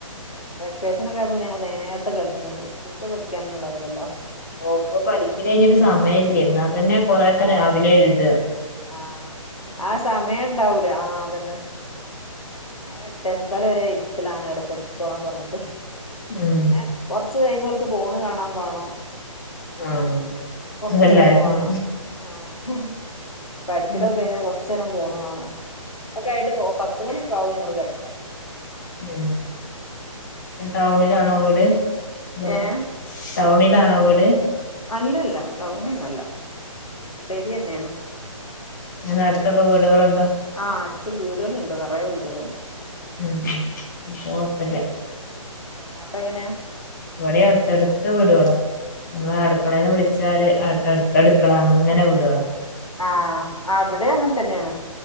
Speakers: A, on the left (about 75°); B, on the left (about 35°).
A: വെക്കേഷനൊക്കെ ആയപ്പോ പിന്നെ ഞങ്ങള് നേരത്തെ കെടന്നീന് സ്കൂളത്ത് പഠിക്കാനൊന്നും ഇണ്ടാവൂല്ലല്ലോ
B: ഓഹ് ഇപ്പൊ പഠിക്കല് കയിഞ്ഞിട്ട് സമയല്ലേ ഇന്നാ തന്നെ കൊറെയൊക്കെ രാവിലെയാ
A: അതെ
B: എഴ്താ
A: ആഹ് ആഹ് സമയം ഇണ്ടാവൂലാ ആഹ് അതന്നെ. ഞാൻ എട്ടേ മുക്കാല് വെരെ ഇര്ത്തെലാണ് അവരെ പഠിച്ചോളാൻ പറഞ്ഞിട്ട്
B: ഉം
A: പിന്നെ കൊറച്ച് കയ്യുമ്പോ ഓൽക്ക് ഫോണ് കാണാൻ വേണം
B: ആഹ്
A: അയ്ന് കൊറച്ച്
B: അതെല്ലാർക്കും
A: ടൈമ് വേണം.
B: ഉണ്ട്
A: ആഹ് പഠിക്കലൊക്കെ
B: ഉം
A: കഴിഞ്ഞാ കൊറച്ചേരം ഫോണ് കാണും അങ്ങനെ ഒക്കെ ആയിട്ട് പോവും പത്ത് മണിയൊക്കെ ആകും ഞങ്ങള് കെടക്കാന്
B: ഏഹ് ടൗണിലാണോ വീട്? അതോ?
A: ഏഹ്
B: ടൗണിലാണോ വീട്?
A: അല്ലല്ലാ ടൗണിലല്ലാ ഉള്ളേരിയെന്നെയാണ്.
B: എങ്ങനെ അടുത്തൊക്കെ വീടുകളുണ്ടോ?
A: ആഹ് അട്ത്ത് വീട്കള്ണ്ട് നെറയെ വീടുകള്ണ്ട്.
B: ഉം അപ്പം കൊഴപ്പെല്ല്യാ
A: ആഹ് അവിടെങ്ങനെ
B: ഇവടേം അടുത്തടുത്ത് വീട്കളാ നമ്മള് അടുക്കളേന്ന് വിളിച്ചാല് അ അടുത്തടുക്കള അങ്ങനെ വീടുകളാ
A: ആഹ് ആഹ് ഇവടേം അങ്ങൻത്തെന്നെയാണ്.